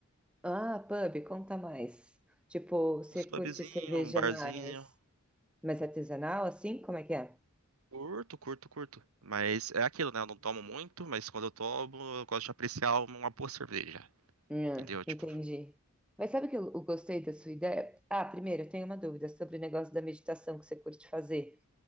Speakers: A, in the centre; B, on the right.
A: Ah, pub, conta mais. Tipo, você
B: uns
A: curte
B: pubzinhos,
A: cerveja
B: um barzinho.
A: mais, mais artesanal, assim? Como é que é?
B: Curto, curto, curto. Mas é aquilo, né? Eu não tomo muito, mas quando eu tomo, eu gosto de apreciar uma uma boa cerveja.
A: Hum,
B: Entendeu?
A: entendi.
B: Tipo,
A: Mas sabe que eu, eu gostei da sua ideia? Ah, primeiro, eu tenho uma dúvida sobre o negócio da meditação que você curte fazer.